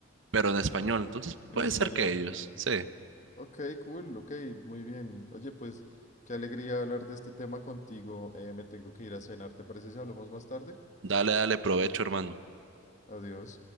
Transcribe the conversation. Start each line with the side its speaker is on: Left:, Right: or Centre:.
Right: pero en español. Entonces puede
Left: español.
Right: ser que ellos, sí.
Left: Ok, cool, ok, muy bien. Oye, pues qué alegría hablar de este tema contigo. eh, me tengo que ir a cenar, ¿te parece si hablamos más tarde?
Right: Dale, dale, provecho, hermano.
Left: Adiós.